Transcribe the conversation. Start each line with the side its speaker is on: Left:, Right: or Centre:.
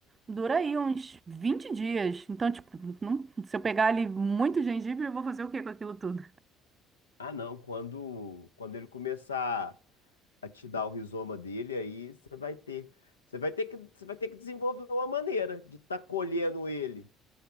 Right: dura aí uns 20 dias. Então, tipo, não- se eu pegar ali muito gengibre, eu vou fazer o quê com aquilo tudo?
Left: Ah, não, quando, quando ele começar a te dar o rizoma dele, aí você vai ter. Você vai ter que, você vai ter que desenvolver uma maneira de estar colhendo ele